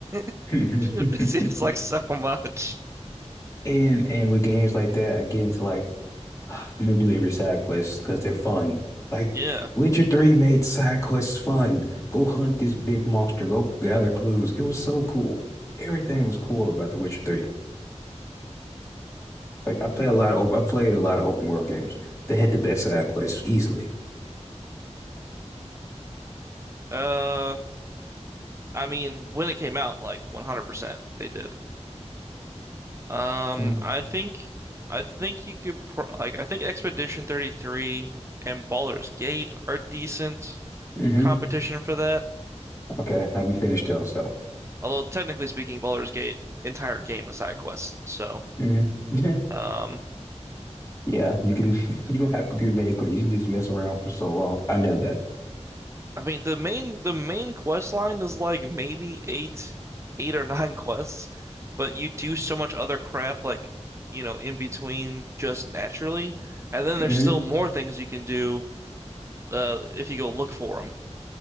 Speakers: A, on the right; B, on the left.
A: <laughs>
B: <laughs>
A: It seems like so much.
B: And and with games like that, I get into like <sighs> I'm gonna do every side quest because they're fun. Like
A: Yeah.
B: Witcher 3 made side quests fun. Go hunt this big monster. Go gather clues. It was so cool. Everything was cool about The Witcher 3. Like I play a lot of open, I played a lot of open world games. They had the best side quests easily.
A: Uh I mean, when it came out, like 100% they did. Um,
B: Um,
A: I think I think you could pro like I think Expedition 33 and Baldur's Gate are decent
B: hmm
A: competition for that.
B: Okay, I haven't finished though, so.
A: Although technically speaking, Baldur's Gate entire game is side quests. So,
B: hmm <laughs>
A: um,
B: Yeah, you can. <laughs> You don't have to do many quests. You can just mess around for so long. I know that.
A: I mean the main the main quest line is like maybe eight eight or nine <laughs> quests, but you do so much other crap like you know in between just naturally, and then there's
B: hmm
A: still more things you can do uh, if you go look for them.